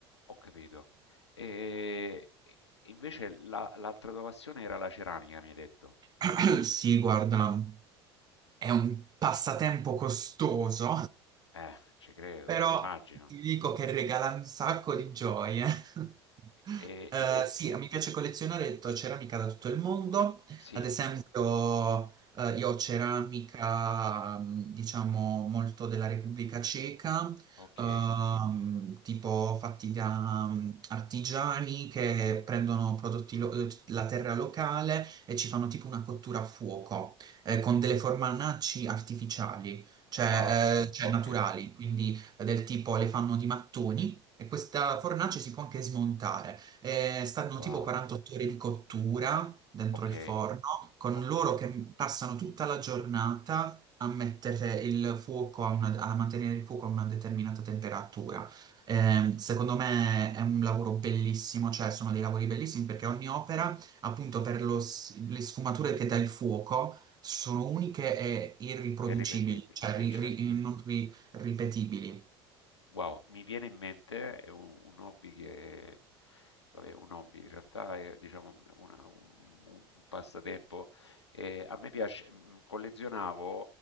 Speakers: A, on the left; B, on the right.
A: ho capito. E invece la- l'altra tua passione era la ceramica, mi hai detto.
B: <clears throat> Sì, guarda, è un passatempo costoso,
A: Eh, ci credo,
B: però
A: immagino.
B: ti dico che regala un sacco di gioie. <laughs>
A: E,
B: Eh,
A: e- e-
B: sì,
A: e-
B: mi piace collezionare to- ceramica da tutto il mondo,
A: Sì.
B: ad esempio eh, io ho ceramica, mm, diciamo, molto della Repubblica Ceca,
A: Okay.
B: ehm, tipo fatti da mm, artigiani che prendono prodotti, lo- eh, la terra locale e ci fanno tipo una cottura a fuoco, eh, con delle formanacci artificiali cioè,
A: Wow.
B: eh, cioè
A: Okay.
B: naturali, quindi eh, del tipo le fanno di mattoni e questa fornace si può anche smontare. Eh, stanno
A: Wow.
B: tipo 48 ore di cottura dentro
A: Okay,
B: il forno, con
A: okay.
B: loro che passano tutta la giornata a mettere il fuoco a, una- a mantenere il fuoco a una determinata temperatura. Eh, secondo me è un lavoro bellissimo, cioè sono dei lavori bellissimi perché ogni opera, appunto per lo s- le sfumature che dà il fuoco, sono uniche e irriproducibili,
A: È irripetibile,
B: cioè
A: eh
B: ri-
A: certo.
B: ri- non ri- ripetibili.
A: Wow, mi viene in mente, è un, un hobby che, vabbè, un hobby, in realtà è, diciamo, una- un, un passatempo. Eh, a me piace, mm, collezionavo